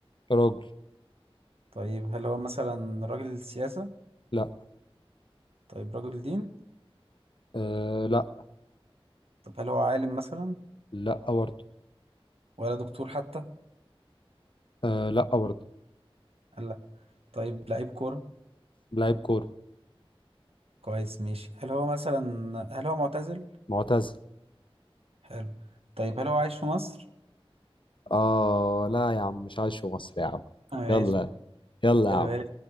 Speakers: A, on the left (about 55°); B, on the right (about 75°).
A: راجل
B: طيب هل هو مثلا راجل سياسة؟
A: لا
B: طيب راجل دين؟
A: آه لا
B: طب هل هو عالم مثلا؟
A: لا برضه
B: ولا دكتور حتى؟
A: آه لا برضه
B: لا طيب لعيب كورة؟
A: لعيب كورة
B: كويس ماشي هل هو مثلا هل هو معتزل؟
A: معتزل
B: حلو طيب هل هو عايش في مصر؟
A: اه لا يا عم مش عايش في مصر يا عم
B: ماشي
A: يلا يلا
B: طيب،
A: يا عم